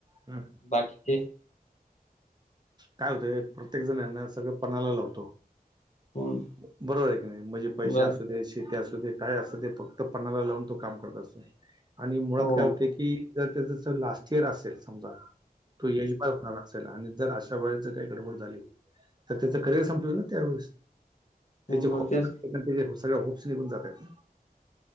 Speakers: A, on the right; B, on the left.
A: हम्.
B: बाकीचे?
A: काय हाय ना प्रत्येक जण सगळं पणाला लावतो.
B: कोण
A: बरोबर आहे की नाही म्हणजे पैसे
B: बरं
A: असू दे शेती असू दे. काय असं ते फक्त पणाला लावून तो काम करत असत आणि मुळात
B: हो
A: काय होते कीर त्याचा जर लास्ट इयर असेल समजा तो यशमाळ होणार असेल आणि जर अशा वेळेस जर काही गडबड झाली. तर त्याचं करिअर संपलं ना त्यावेळेस त्याचे
B: हो मग तेच
A: त्या सगळ्या होप्स निघून जातात.